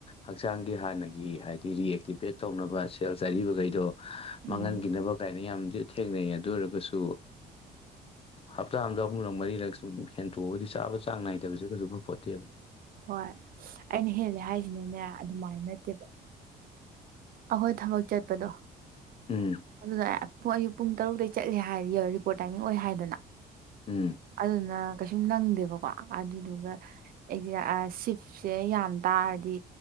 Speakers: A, on the left (about 35°); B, on the right (about 60°).
A: ꯍꯛꯆꯥꯡꯒꯤ ꯍꯥꯟꯅꯒꯤ ꯍꯥꯏꯗꯤ ꯔꯤꯑꯛꯇꯤꯚꯦꯠ ꯇꯧꯅꯕ ꯁꯦꯜ ꯆꯠꯔꯤꯕꯈꯩꯗꯣ
B: ꯎꯝ
A: ꯃꯥꯡꯍꯟꯈꯤꯅꯕ ꯀꯥꯏꯅ ꯌꯥꯝꯗꯤ ꯊꯦꯡꯅꯩ ꯑꯗꯨ ꯑꯣꯏꯔꯒꯁꯨ ꯍꯞꯇꯥ ꯑꯗ ꯑꯍꯨꯝꯂꯛ ꯃꯔꯤꯔꯛ ꯁꯨꯝ ꯍꯦꯟꯇꯣꯛꯑꯒꯗꯤ ꯆꯥꯕ ꯆꯥꯡ ꯅꯥꯏꯗꯕꯁꯦ ꯀꯩꯁꯨ ꯈꯕꯄꯣꯠꯇꯦꯕ
B: ꯍꯣꯏ ꯑꯩꯅ ꯍꯦꯜꯂꯦ ꯍꯥꯏꯁꯤꯅꯅꯦ ꯑꯗꯨꯃꯥꯏꯅ ꯅꯠꯇꯦꯕ ꯑꯩꯈꯣꯏ ꯊꯕꯛ ꯆꯠꯄꯗꯣ
A: ꯎꯝ
B: ꯑꯗꯨꯗ ꯑꯌꯨꯛ ꯄꯨꯡ ꯇꯔꯨꯛꯇꯇꯩꯩ ꯆꯠꯂꯦ ꯍꯥꯏ ꯔꯤꯄꯣꯔꯠ ꯇꯥꯏꯃꯤꯡ ꯑꯣꯏ ꯍꯥꯏꯗꯅ
A: ꯎꯝ
B: ꯑꯗꯨꯅ ꯀꯩꯁꯨꯝ ꯅꯪꯗꯦꯕꯀꯣ ꯑꯗꯨꯗꯨꯒ ꯑꯦꯖ ꯁꯤꯞꯁꯦ ꯌꯥꯝ ꯇꯥꯔꯗꯤ